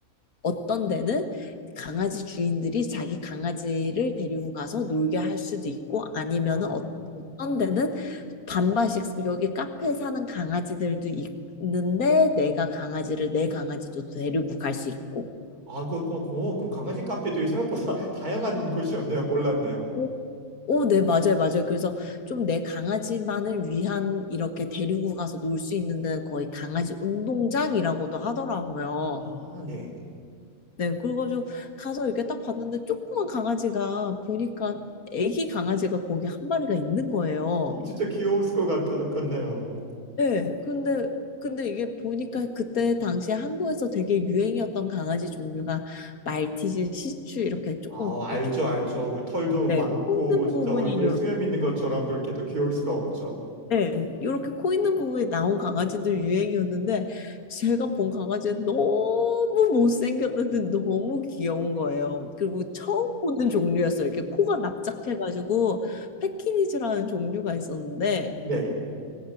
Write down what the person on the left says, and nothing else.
어떤 데는 강아지 주인들이 자기 강아지를 데리고 가서 놀게 할 수도 있고 아니면은
어, 어떤 데는 반반씩 여기 카페 사는 강아지들도 있는데 내가 강아지를 내 강아지도 데리고 갈 수 있고
오, 오, 네, 맞아요, 맞아요. 그래서 좀 내 강아지만을 위한 이렇게 데리고 가서 놀 수 있는 데는 거의 강아지 운동장이라고도 하더라고요.
네, 그래가지고 가서 이렇게 딱 봤는데 조그만 강아지가 보니까 애기 강아지가 거기 한 마리가 있는 거예요.
네, 근데 근데 이게 보니까 그때 당시에 한국에서 되게 유행이었던 강아지 종류가 말티즈, 시츄 이렇게 조금
이렇게
네,
코 있는
부분이
네, 이렇게 코 있는 부분이 나온 강아지들 유행이었는데 제가 본 강아지는 너무 못생겼는데 너무 귀여운 거예요. 그리고 처음 보는 종류였어요. 이렇게 코가 납작해가지고 패키니즈라는 종류가 있었는데